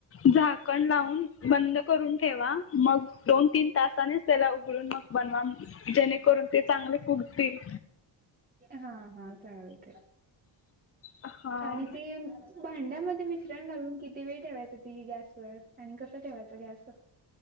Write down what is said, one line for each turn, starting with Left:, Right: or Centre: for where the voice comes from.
Left: झाकण लावून बंद करून ठेवा मग दोन तीन तासानेच त्याला उघडून मग बनवा जेणेकरून ते चांगले फुडतील
Right: हा, हा, चालते.
Left: हा
Right: आणि ते हाड्यामध्ये मिश्रण घालून किती वेळ ठेवायचं ती गॅस व आणि कसं ठेवायचं गॅस